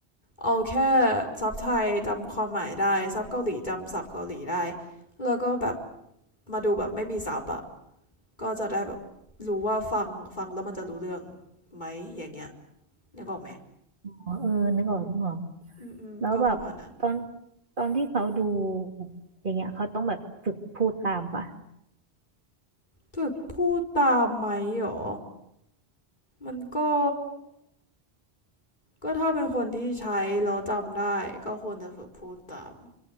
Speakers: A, on the left; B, on the right.
A: เอาแค่ซับไทยจำความหมายได้ซับเกาหลีจำศัพท์เกาหลีได้แล้วก็แบบมาดูแบบไม่มีซับอะก็จะได้แบบรู้ว่าฟังฟังแล้วมันจะรู้เรื่องไหมอย่างเงี้ยนึกออกไหม
B: อ๋อเออนึกออกนึกออก
A: อืมอืมก็ประมาณนั้น
B: แล้วแบบตอนตอนที่เขาดูอย่างเงี้ยเขาต้องแบบฝึกพูดตามปะ
A: ฝึกพูดตามไหมหรอมันก็ ก็ถ้าเป็นคนที่ใช้แล้วจำได้ก็ควรจะฝึกพูดตาม